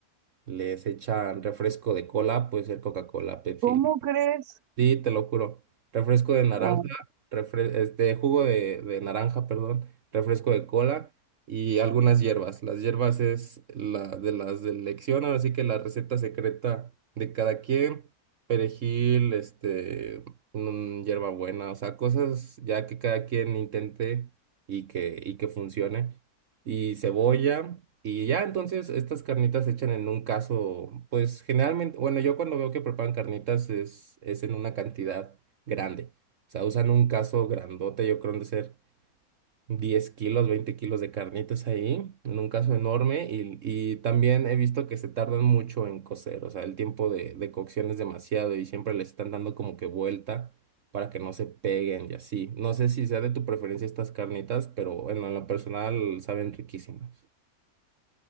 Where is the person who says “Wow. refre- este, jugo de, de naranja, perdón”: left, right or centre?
Right